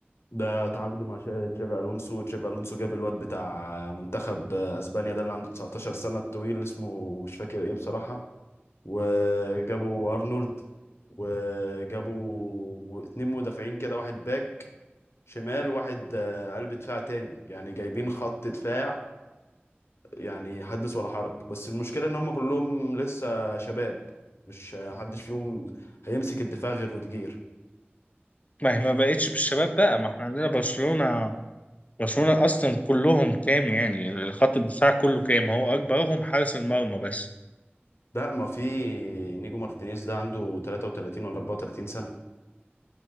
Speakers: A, on the left (about 85°); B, on the left (about 35°).
A: ده تعاقده مع شا- تشافي الونسو تشافي الونسو جاب الواد بتاع منتخب اسبانيا ده اللي عنده 19 سنة الطويل اسمه مش فاكر ايه بصراحة وجابوا ارنولد وجابوا م- اتنين مدافعين كده واحد باك شمال واحد آه، قلب دفاع تاني يعني جايبين خط دفاع يعني حدث ولا حرج بس المشكلة ان هم كلهم لسه شباب مش حدش فيهم هيمسك الدفاع غير روديجير
B: ما هي ما بقتش بالشباب بقى ما إحنا عندنا برشلونة برشلونة أصلا كلهم كام يعني خط الدفاع كله كام هو أكبرهم حارس المرمى بس
A: لا ما في نيجو مارتينيز ده عنده 33 ولا 34 سنة